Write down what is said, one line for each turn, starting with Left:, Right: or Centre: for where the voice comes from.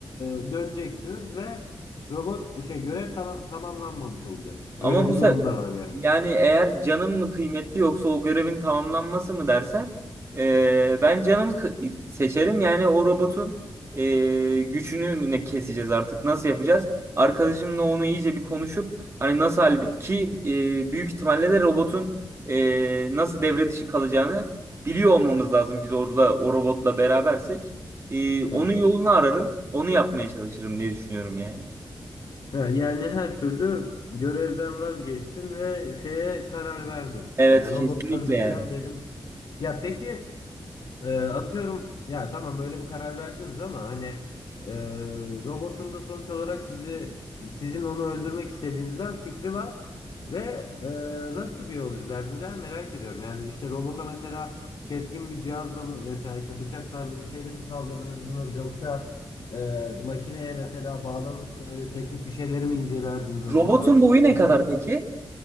Left: e, döneceksiniz ve robot şey görev tama- tamamlanmamış olacak.
Right: Ama
Left: Öyle bir
Right: bu sefer
Left: durum da var yani.
Right: yani eğer canım mı kıymetli yoksa o görevin tamamlanması mı dersen eee, ben canımı kı- seçerim. Yani o robotun eee, gücünü mü ne keseceğiz artık nasıl yapacağız? Arkadaşımla onu iyice bir konuşup hani nasıl halledip ki eee, büyük ihtimalle de robotun eee, nasıl devre dışı kalacağını biliyor olmamız lazım biz orada o robotla berabersek. Eee, onun
Left: Hı hı.
Right: yolunu ararım onu yapmaya çalışırım diye düşünüyorum yani.
Left: Ya Yani her türlü görevden vazgeçtin ve şeye karar verdin.
Right: Evet
Left: E, robotu
Right: kesinlikle
Left: öldüreceğim
Right: yani.
Left: benim. Ya peki E, atıyorum ya tamam böyle bir karar verdiniz ama hani e, robotun da sonuç olarak sizi sizin onu öldürmek istediğinizden fikri var ve e, nasıl bir yol izlerdiniz ya merak ediyorum. Yani işte robota mesela keskin bir cihazla mı mesela işte bıçak tarzı bir şeyle mi saldırırdınız yoksa e, makineye mesela bağlanıp böyle teknik bir şeyleri mi incelerdiniz acaba?
Right: Robotun boyu ne
Left: Yani
Right: kadar
Left: o
Right: peki?